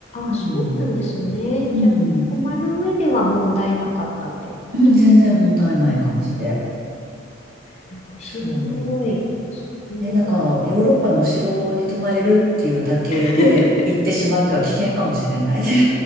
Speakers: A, on the right; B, on the left.
A: うん。
B: あ、そうなんですね。
A: うん。
B: じゃあ、泊まる上では問題なかったって感じ。
A: うん、全然問題ない感じで。
B: えー面白い。
A: そう。
B: すごい。
A: ね、なんか、ヨーロッパのお城に泊まれるっていうだけで、
B: <laughs>
A: 行ってしまっては危険かもしれない。